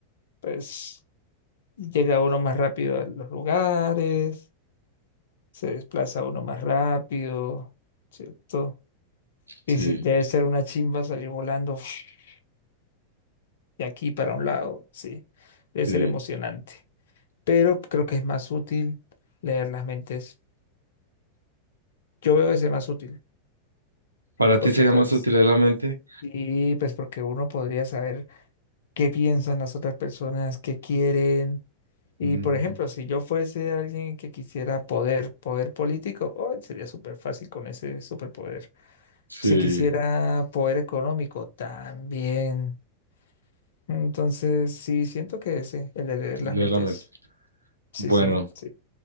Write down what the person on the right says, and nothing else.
Sí,
sí.
¿Para
ti sería
más útil leer la mente?
Mm,
sí,
leer
la mente.
Bueno.